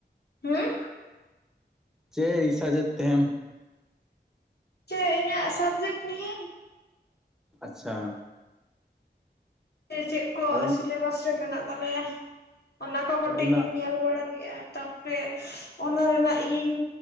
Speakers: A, on the left (about 65°); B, in the centre.
A: ᱦᱮᱸ
B: ᱪᱮᱜ ᱨᱤᱥᱟᱡᱮᱫ ᱛᱮᱢ
A: ᱪᱟᱭ ᱨᱮᱱᱟᱜ ᱥᱵᱽᱡᱮᱠᱴ ᱱᱤᱭᱟᱹ
B: ᱟᱪᱪᱷᱟ
A: ᱥᱮ ᱪᱮᱫ ᱠᱚ
B: ᱟᱫᱚ
A: ᱥᱤᱞᱮᱵᱟᱥ ᱨᱮ ᱢᱮᱱᱟᱜ ᱛᱟᱞᱮᱭᱟ ᱚᱱᱟ ᱠᱚ ᱠᱟᱹᱴᱤᱡ
B: ᱚᱱᱟ
A: ᱤᱧ ᱧᱮᱞ ᱵᱟᱲᱟ ᱠᱮᱜᱼᱟ ᱛᱟᱯᱚᱨᱮ ᱚᱱᱟ ᱨᱮᱱᱟᱜ ᱤᱧ